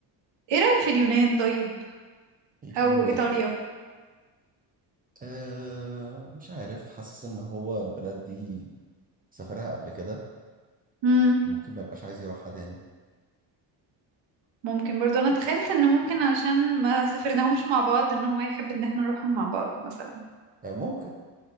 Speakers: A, on the right (about 65°); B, on the right (about 20°).
A: ايه رأيك في اليونان طيب
B: اليونان
A: او ايطاليا
B: آه مش عارف حاسس إن هو البلد دي سافرها قبل كده
A: امم
B: ممكن ما يبقاش عايز يروحها تاني
A: ممكن برضو انا تخيلت ان ممكن علشان ما سافرناهمش مع بعض ان هو يحب ان احنا نروحهم مع بعض مثلا
B: آه ممكن